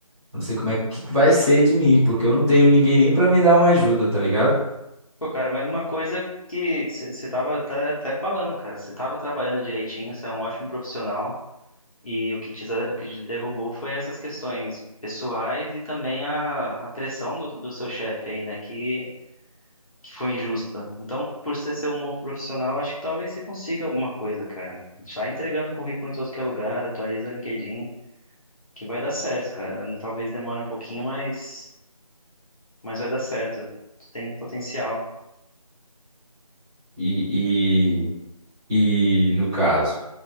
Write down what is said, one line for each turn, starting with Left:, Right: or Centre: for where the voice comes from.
Centre: Não sei como é que que vai ser de mim, porque eu não tenho ninguém nem pra me dar uma ajuda, tá ligado?
Left: Pô, cara, mas uma coisa que você tava tá- até falando, cara, você tava trabalhando direitinho, você é um ótimo profissional e o que te, o que te derrubou foi essas questões pessoais e também a, a pressão do, do seu chefe aí, né, que, que foi injusta. Então, por você ser um bom profissional, acho que talvez você consiga alguma coisa, cara. Sai entregando currículo em todo que é lugar, atualiza o LinkedIn, que vai dar certo, cara. Talvez demore um pouquinho, mas, mas vai dar certo. Tu tem potencial.
Centre: E, e, e no caso,